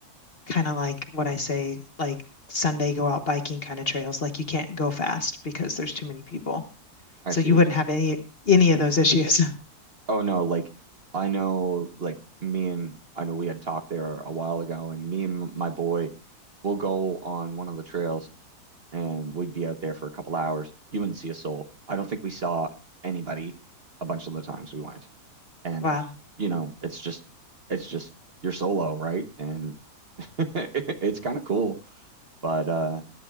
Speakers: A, on the left (about 40°); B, on the right (about 40°).
A: kind of like what I say, like Sunday go out biking kind of trails. Like you can't go fast because there's too many people.
B: I
A: So
B: see
A: you
B: what
A: wouldn't
B: you
A: have
B: mean.
A: any any of those issues. <laughs>
B: Oh no, like I know like me and I know we had talked there a while ago and me and my boy will go on one of the trails and we'd be out there for a couple hours. You wouldn't see a soul. I don't think we saw anybody a bunch of the times we went. And
A: Wow.
B: you know, it's just it's just you're solo, right? And <laughs> it's kind of cool. But uh